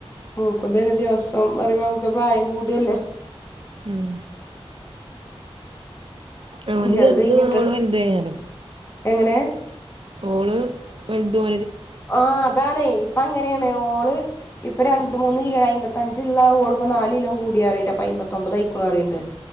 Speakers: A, on the left (about 25°); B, on the right (about 55°).
A: നോക്കുംനെ ദിവസം പറയുമ്പോ നമുക്ക് പ്രായം കൂടല്ലേ
B: ഉം അവന്
A: ഇനി
B: ചെറുത്
A: അത് കഴിഞ്ഞിട്ട്
B: ഓള് വലുത് ഏയ്ക്കാനം
A: എങ്ങനെ
B: ഓള് വല്ത് പോ
A: ആ അതാണ് ഇപ്പ അങ്ങനെയാണ് ഓള് ഇപ്പൊ രണ്ട് മൂന്ന് കിലോ അമ്പത്തഞ്ചുള്ള ഓള് ഇപ്പ നാല് കിലോ കൂടി പറയ്ണ്ട്. അപ്പൊ അയ്മ്പത്തൊൻപത് ആയിരിക്കും കും പറയന്ന്ണ്ട്